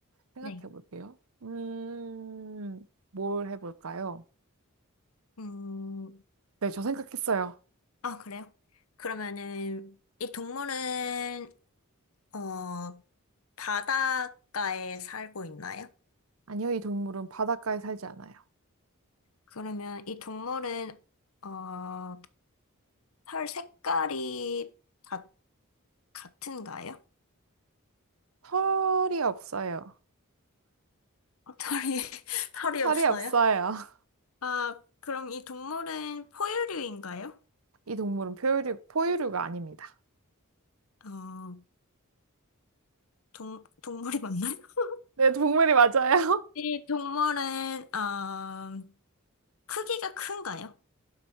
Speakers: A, on the right (about 70°); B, on the left (about 70°).
A: 생각해
B: 네.
A: 볼게요. 음, 뭘 해볼까요?
B: 음,
A: 네, 저 생각했어요.
B: 아, 그래요? 그러면은, 이 동물은, 어, 바닷가에 살고 있나요?
A: 아니요, 이 동물은 바닷가에 살지 않아요.
B: 그러면 이 동물은, 어, 털 색깔이 다 같은가요?
A: 털이 없어요.
B: 어, 털이, <laughs> 털이
A: 털이
B: 없어요?
A: 없어요. <laughs>
B: 아, 그럼 이 동물은 포유류인가요?
A: 이 동물은 포유류, 포유류가 아닙니다.
B: 어, 동, 동물이 맞나요? <laughs>
A: 네, 동물이 맞아요.
B: 이 동물은, 어, 크기가 큰가요?